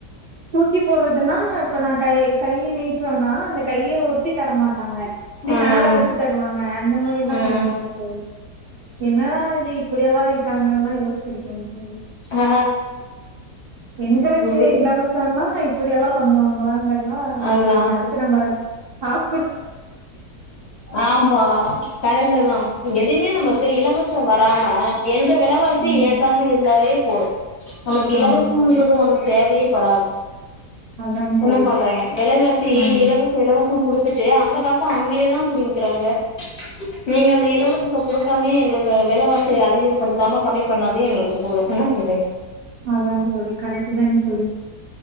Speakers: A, on the right; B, on the left.
A: தூக்கி போடுறதுன்னா இப்ப நா கை கைய நீட்டுறோனா அந்த கைய ஒட்டி தரமாட்டாங்க இப்டி
B: ஆ ம்
A: மேல வச்சு தருவாங்க அந்த மாரில
B: ம்
A: பண்ணுவாங்க தோழி என்னன்னா இது இப்படியெல்லா இருக்காங்களா யோசிச்சுருக்க
B: ஆ
A: பெண்களுக்கு
B: இப்டி
A: இலவச இப்படியெல்லாம் பண்ணுவாங்களாங்க ஆஹ்
B: அதா
A: அதுக்கு நம்ம ஆஸ்
B: ஆமா பறந்துதான் எதயுமே நம்ம இலவசம் வராம எந்த விலவாசி
A: ம்
B: ஏத்தாம இருந்தாவே போதும் நமக்கு
A: ஆமாங்க
B: இலவசம்ண்றது
A: தோழி
B: ஒண்ணு தேவையே பட
A: அதாங்க
B: <unintelligible> என்ன
A: தோழி
B: சொல்றேங்க வெலவாசி
A: ஆமாங்க
B: இலவசம் இலவசம் கொடுத்துட்டு அந்த காச அவங்களே தான் புடிங்கிக்கிறாங்க நீங்க அந்த இலவசத்தை கொடுக்காமே எங்களுக்கு விலவாசியை அதிகப்படுத்தாம கம்மி பண்ணாவே எங்களுக்கு போதும் என்ன சொல்றீங்க
A: அதங்க தோழி கரட் தான் தோழி